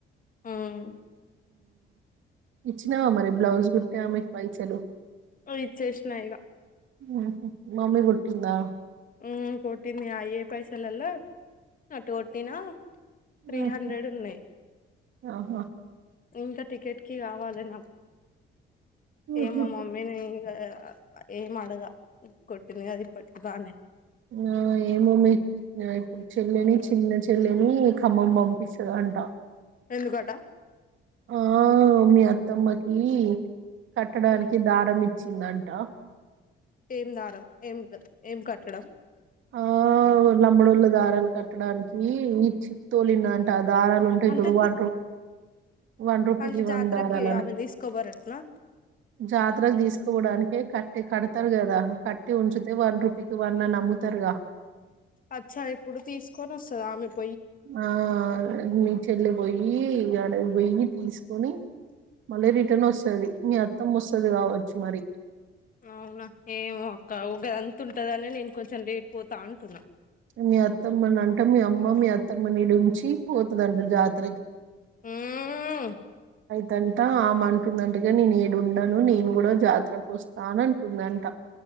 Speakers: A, on the left (about 45°); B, on the right (about 75°).
A: ఉమ్
B: ఇచ్చినావా మరి బ్లౌజ్ కుట్టే ఆమెకి పైసలు?
A: ఉ ఇచ్చేసినా ఇగ
B: ఉహు. మమ్మీ కొట్టిందా?
A: ఊ కొట్టిందిగ ఆయే పైసల్లలో అటు కొట్టినా త్రీ
B: ఉహు.
A: హండ్రెడ్ ఉన్నయ్.
B: ఆహా
A: ఇంకా టికెట్ కి రావాలె నాకు
B: ఉహు.
A: ఏమ్ మ మమ్మీనై ఇంగ ఏం అడగా కొట్టిందిగద ఇప్పటికి బానె
B: ఆ ఏమో మీ ఇప్పుడు చెల్లెని
A: మ్మ్
B: చిన్న చెల్లెని కమ్మం బంపిస్థాదంట
A: ఎందుకట
B: ఆ మీ అత్తమ్మకి కట్టడానికి
A: మ్మ్
B: దారం ఇ చ్చిందంట
A: ఏం దారం ఏం ఏం కట్టడం
B: ఆ లంబడోళ్ళ దారాలు కట్టడానికి ఈ చిప్ తోలిన్న అంట దారాలు ఉంటాయి
A: అంటే
B: చూడు వన్ రూ వన్ రూపీకి
A: అంటే
B: వన్
A: జాతరకి
B: దారాలని
A: ఆమె తీసుకోబోరటనా
B: జాతరలు తీసుకోవడానికే క ట్టి కడతారు కదా కట్టి ఉంచితే వన్ రుపీకి వన్ నమ్ము త్తరగా
A: అచ్చా ఇప్పుడు తీసుకొని వస్తదా ఆమెప్పు
B: ఆ మీ చెల్లె పోయి అడ వెయ్యి తీసుకొని మళ్ళీ రిటర్న్ వస్తది మీ అత్తమ్మ వస్తది కావచ్చు మరి
A: అవునా ఏమో అక్క ఊ గదాం తుంటదని నేను కొంచెం లేట్పోతా అంటున్నా
B: మీ అత్తమ్మని అంట మీ అమ్మ
A: మ్మ్
B: మీ అత్తమ్మనిడించి పోతదంట జాత తర్
A: ఉం
B: దంట ఆమ అంటుందంటగా నేను ఇడ ఉండను నేను కూడా జాతరకు వస్తా అంటుందంట